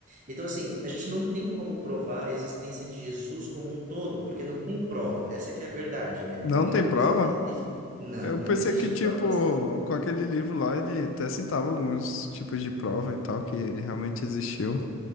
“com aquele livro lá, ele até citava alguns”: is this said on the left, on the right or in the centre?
Left